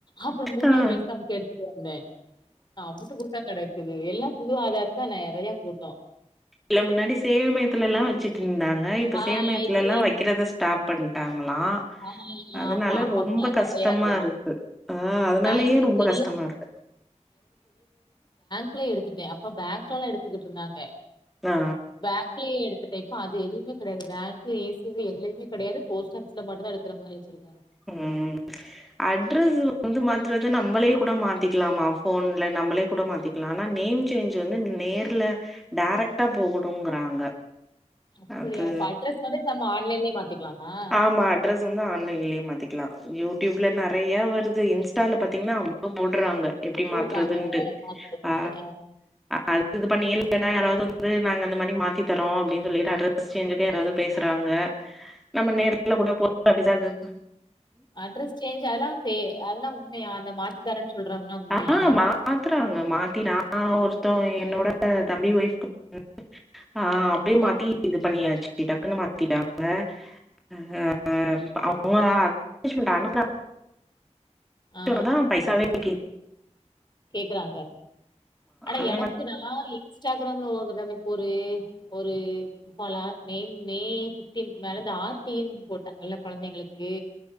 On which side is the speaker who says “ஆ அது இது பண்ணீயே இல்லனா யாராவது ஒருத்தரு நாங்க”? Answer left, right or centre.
Centre